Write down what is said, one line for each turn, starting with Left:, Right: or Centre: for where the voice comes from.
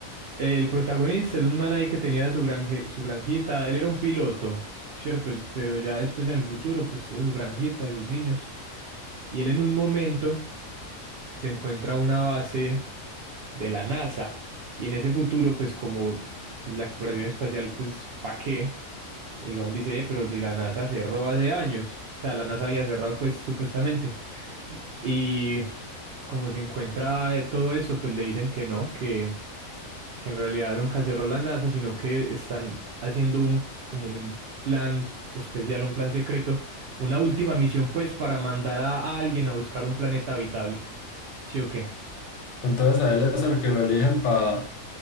Right: El protagonista es un man ahí que tenía su granje, su granjita. Él era un piloto, ¿cierto? Y- Pero ya después en el futuro, pues tuvo su granjita y sus niños. Y él en un momento se encuentra una base de la NASA. Y en ese futuro, pues como pues, la exploración espacial, pues ¿pa' qué? El man dice, "Eh, pero si la NASA cerró hace años. O sea, la NASA había cerrado, pues supuestamente. Y como se encuentra eh, todo eso, pues le dicen que no, que que en realidad nunca cerró la NASA, sino que están haciendo un, como un plan especial, un plan secreto, una última misión pues para mandar a, a alguien a buscar un planeta habitable. ¿Sí o qué?
Left: Entonces a él es el que lo eligen para